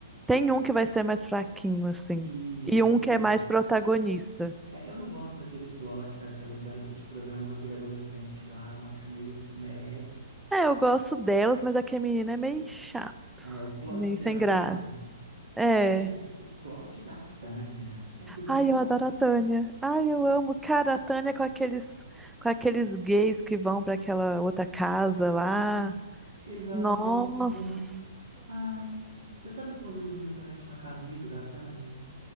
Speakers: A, in the centre; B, on the right (about 75°).
A: Tem um que vai ser mais fraquinho, assim.
B: Isso,
A: E um
B: por
A: que
B: exemplo.
A: é mais protagonista.
B: é, eu não gosto daquele plot daquelas garotas de programa com aquele adolescente lá, eu acho meio meh.
A: É, eu gosto delas, mas aquele menino é meio chato,
B: É, o plot
A: meio
B: em geral
A: sem graça.
B: é ruim.
A: É.
B: Só que, gente, o plot da Tânia é tudo
A: Ai,
B: de bom.
A: eu adoro a Tânia. Ai, eu amo. Cara, a Tânia com aqueles, com aqueles gays que vão pra aquela outra casa
B: Sim,
A: lá.
B: exato,
A: Nossa!
B: é muito bom. Ah, você sabe que uma vez eu vi na internet uma camisa da Tânia?